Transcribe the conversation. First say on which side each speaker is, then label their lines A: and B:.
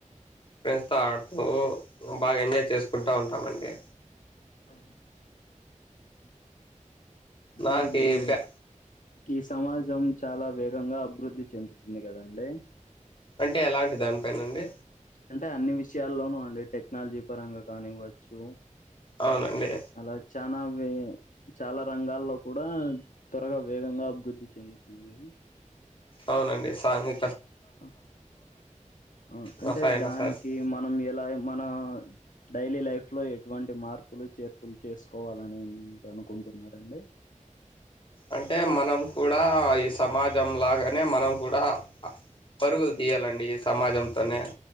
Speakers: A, on the left (about 40°); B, on the left (about 80°).
A: ఫ్రెండ్స్ తో ఆడుతూ బాగా ఎంజాయ్ చేసుకుంటూ ఉంటామండి
B: ఆ అంటే
A: నాకి
B: ఇప్పుడు
A: బ్యా
B: ఈ సమాజం చాలా వే ఈ విధంగా అభివృద్ధి చెందుతుంది కదండి
A: అంటే ఎలాంటి దానిపైన అండి
B: అంటే అన్ని విషయాల్లోనూ అండి టెక్నాలజీ పరంగా కానివ్వచ్చు
A: అవునండి
B: అలా చానా వే చాలా రంగాల్లో కూడా త్వరగా వేగంగా అభివృద్ధి చెందుతుంది
A: అవునండి సాంఘి
B: అ అవును అంటే
A: రసాయన
B: దానికి
A: శాస్త్ర
B: మనం ఎలా మన డైలీ లైఫ్ లో ఎటువంటి మార్పులు చేర్పులు చేసుకోవాలని మీరు అనుకుంటున్నారండి
A: అంటే మనం కూడా ఈ సమాజం లాగానే మనం కూడా పరుగులు తీయాలండి ఈ సమాజంతోనే